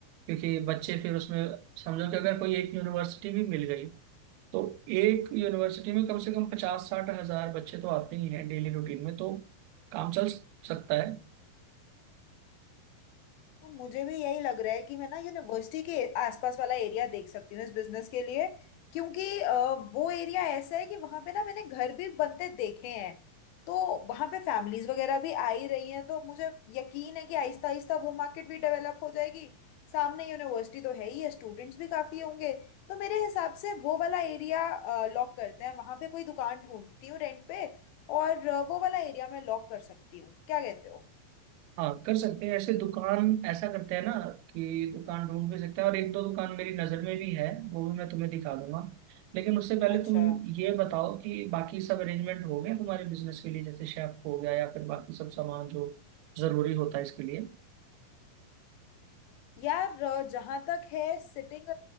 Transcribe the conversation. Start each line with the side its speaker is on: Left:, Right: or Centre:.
Right: क्योंकि बच्चे फिर उसमें समझो कि अगर कोई एक यूनिवर्सिटी भी मिल गई तो एक यूनिवर्सिटी में कम से कम पचास साठ हजार बच्चे तो आते ही हैं डेली रूटीन में तो काम चल सकता है
Left: तो मुझे भी यही लग रहा है कि मैं ना यूनिवर्सिटी के आसपास वाला एरिया देख सकती हूँ इस बिजनेस के लिए क्योंकि अ, वो एरिया ऐसा है कि वहां पे ना मैंने घर भी बनते देखे हैं तो वहां पे फैमिलीज वगैरह भी आ ही रही हैं तो मुझे यकीन है कि आहिस्ता आहिस्ता वो मार्केट भी डेवलप हो जाएगी सामने यूनिवर्सिटी तो है ही है स्टूडेंट्स भी काफी होंगे तो मेरे हिसाब से वो वाला एरिया लॉक करते हैं वहां पे कोई दुकान ढूंढती हूँ रेंट पे और अ, वो वाला एरिया मैं लॉक कर सकती हूँ क्या कहते हो
Right: हाँ कर सकते हैं ऐसे दुकान ऐसा करते हैं ना कि दुकान ढूंढ भी सकते हैं और एक दो दुकान मेरी नज़र में भी है वो भी मैं तुम्हें दिखा दूंगा लेकिन उससे पहले
Left: अच्छा
Right: तुम ये बताओ कि बाकी सब अरेंजमेंट हो गए तुम्हारे बिजनेस के लिए जैसे शेफ हो गया या फिर बाकी सब सामान जो जरूरी होता है इसके लिए
Left: यार जहां तक है सिटिंग